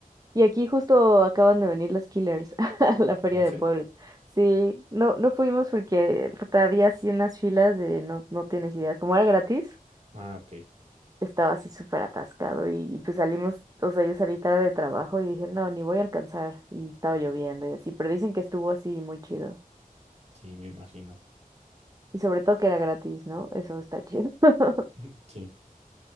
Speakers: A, on the right (about 25°); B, on the right (about 45°).
A: Y aquí justo acaban de venir los Killers <laughs> a la Feria
B: ¿Ah,
A: de
B: sí?
A: Puebla. Sí, no, no fuimos porque puta, había así unas filas de no, no tienes idea. Como era gratis,
B: Ah, ok.
A: estaba así súper atascado y, y pues salimos, o sea, yo salí tarde de trabajo y dije, no, ni voy a alcanzar. Y estaba lloviendo y así, pero dicen que estuvo así muy chido.
B: Sí, me imagino.
A: Y sobre todo que era gratis, ¿no? Eso está chido. <laughs>
B: <laughs> Sí.